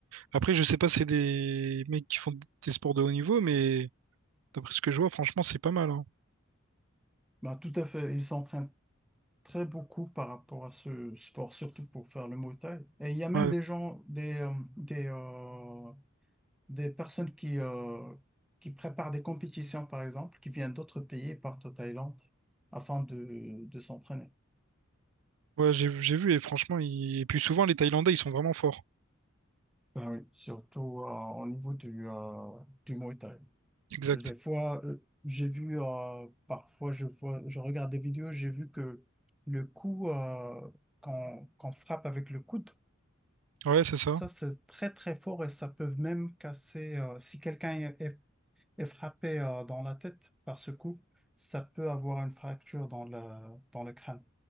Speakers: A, on the right; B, in the centre.
A: Après, je sais pas si c'est des mecs qui font des sports de haut niveau, mais D'après ce que je vois, franchement, c'est pas mal. hein.
B: Bah, tout à fait. Ils s'entraînent très beaucoup par rapport à ce sport, surtout pour faire le Muay Thai. Et il y a même
A: Ouais,
B: des gens, des, euh, des, euh, des personnes qui, euh, qui préparent des compétitions, par exemple, qui viennent d'autres pays, partent au Thaïlande afin de, de s'entraîner.
A: ouais, j'ai j'ai vu et franchement, ils- et puis souvent les Thaïlandais, ils sont vraiment forts.
B: Ben oui, surtout euh, au niveau du, euh, du Muay Thai.
A: Exact.
B: Des fois, euh, j'ai vu, euh, parfois, je vois, je regarde des vidéos, j'ai vu que le coup euh, qu'on qu'on frappe avec le coude,
A: Ouais, c'est
B: ça,
A: ça.
B: c'est très, très fort et ça peut même casser, euh, si quelqu'un est est frappé euh, dans la tête par ce coup, ça peut avoir une fracture dans le, dans le crâne.